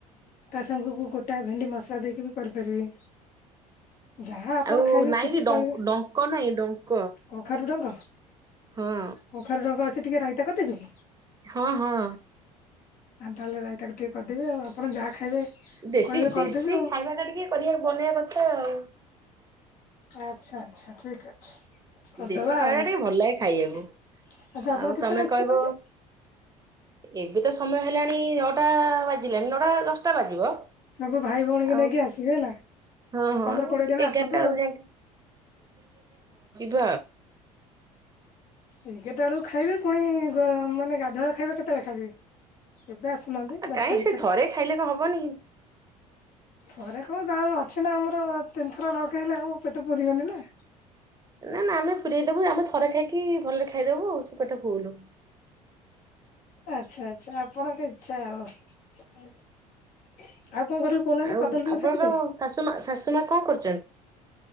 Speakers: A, on the left (about 45°); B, on the right (about 20°).
A: ତା ସାଙ୍ଗକୁ ଗୋଟ ତା ଭେଣ୍ଡି ମସଲା ଦେଇକି ବି କରିପାରିବେ ଯାହା ଆପଣ
B: ଆଉ
A: ଖାଇବେ
B: ନାଇଁ
A: ଖୁସି
B: କି
A: କହିବେ।
B: ଡଙ୍କ ନାଇଁ ଡଙ୍କ
A: କଖାରୁ ଡଙ୍କ
B: ହଁ।
A: କଖାରୁ ଡଙ୍କ ଅଛି ଟିକେ ରାଇତା କରିଦେବି କି?
B: ହଁ ହଁ।
A: ଆ ତାହେଲେ ରାଇ ତାକୁ ଟିକେ କରିଦେବି ଆଉ ଆପଣ ଯାହା ଖାଇବେ
B: ଦେଶୀ
A: କହିବେ
B: ଦେଶୀ
A: କରିଦେବି ଆଉ
B: ଖାଇବା ଟା ଟିକେ କରିବା ବନେଇବା କଥା ଆଉ।
A: ଆଛା ଆଚ୍ଛା ଠିକ ଅଛି। କରିଦବା
B: ଦେଶୀ ଖାଇବା
A: ଆଉ
B: ଟା ଟିକେ
A: ଆଚ୍ଛା
B: ଭଲ ଲାଗେ ଖାଇବାକୁ
A: ଆପଣ
B: ଆଉ
A: କେତେବେଳେ
B: ତମେ
A: ଆସିବେ
B: କହିବ
A: କହିଲେ?
B: ଏବେ ତ ସମୟ ହେଲାଣି ନଅଟା ବାଜିଲାଣି ନଅଟା ଦଶଟା ବାଜିବ।
A: ସବୁ ଭାଇ ଭଉଣୀ କି
B: ଆଉ
A: ନେଇକି ଆସିବେ ହେଲା।
B: ହଁ ହଁ
A: ପନ୍ଦର
B: ଏଠି
A: କୋଡିଏ ଜଣ
B: ଏଗାରଟା
A: ଆସନ୍ତୁ ଆଉ
B: ବେଳକୁ ଯାଇଁକି
A: ଏଗାରଟା ବେଳକୁ ଖାଇବେ ପୁଣି ମାନେ, ଗାଧୁଆ ବେଳ ଖାଇବା କେତେବେଳେ ଖାଇବେ? ଏବେ ଆସୁନାହାନ୍ତି।
B: ଆ
A: ଦଶଟା
B: କାଇଁ
A: ଭିତରେ
B: ସେ ଥରେ ଖାଇଲେ କଣ ହବନି।
A: ଥରେ କଣ ତାପରେ ଅଛି ନା ଆମର ତିନିଥର ନଖାଇଲେ ଆମ ପେଟ ପୁରିିବନି ନା।
B: ନା ନା ଆମେ ପୁରରେଇଦବୁ ଆମେ ଥରେ ଖାଇକି ଭଲରେ ଖାଇଦବୁ ସେ ପେଟ ଫୁଲୁ।
A: ଆଚ୍ଛା ଆଚ୍ଛା ଆପଣଙ୍କ ଇଚ୍ଛା ଆଉ। ଆଉ କଣ କରିବୁ କହୁନାହାନ୍ତି
B: ଆଉ
A: କଦଳୀ ଟିକେ
B: ଆପଣଙ୍କ
A: ଭାଜିଦେବି?
B: ଶାଶୁ ମା ଶାଶୁମା କଣ କରୁ